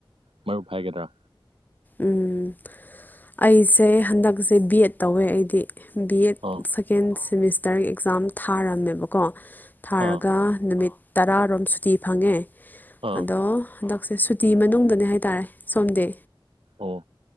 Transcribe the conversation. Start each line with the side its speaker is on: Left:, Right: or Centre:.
Right: ꯃꯔꯨꯞ ꯍꯥꯏꯒꯗ꯭ꯔꯥ
Left: ꯎꯝ ꯑꯩꯁꯦ ꯍꯟꯗꯛꯁꯦ ꯕꯤ ꯑꯦꯠ ꯇꯧꯋꯦ ꯑꯩꯗꯤ ꯕꯤ ꯑꯦꯠ
Right: ꯑꯥ
Left: ꯁꯦꯀꯦꯟ ꯁꯦꯃꯤꯁꯇꯔꯒꯤ ꯑꯦꯛꯖꯥꯝ ꯊꯥꯔꯝꯃꯦꯕꯀꯣ ꯊꯥꯔꯒ
Right: ꯑꯥ
Left: ꯅꯨꯃꯤꯠ ꯇꯔꯥꯔꯣꯝ ꯁꯨꯇꯤ ꯐꯪꯉꯦ
Right: ꯑꯥ
Left: ꯑꯗꯣ ꯍꯟꯗꯛꯁꯦ ꯁꯨꯇꯤ ꯃꯅꯨꯡꯗꯅꯦ ꯍꯥꯏꯇꯥꯔꯦ ꯁꯣꯝꯗ
Right: ꯑꯣ